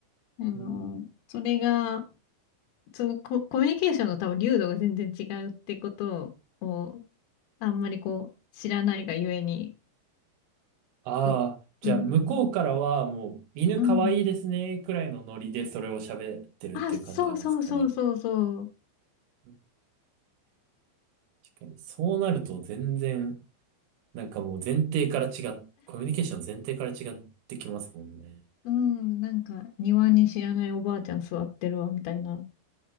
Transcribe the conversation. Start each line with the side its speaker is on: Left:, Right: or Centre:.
Left: あの、
Right: うん
Left: それが、そのコ、コミュニケーションの多分、流度が全然違うってことを、あんまりこう、知らないがゆえに、
Right: ああ、
Left: う、
Right: じゃあ向こうからはもう犬かわいいですねくらいのノリでそれを喋ってるっていう感じなんですかね。
Left: うん、うん。あ、そうそうそうそうそう。
Right: うん確かに。そうなると全然、なんかもう前提から違っ、コミュニケーション前提から違ってきますもんね。
Left: うん、なんか、庭に知らないおばあちゃん座ってるわ、みたいな。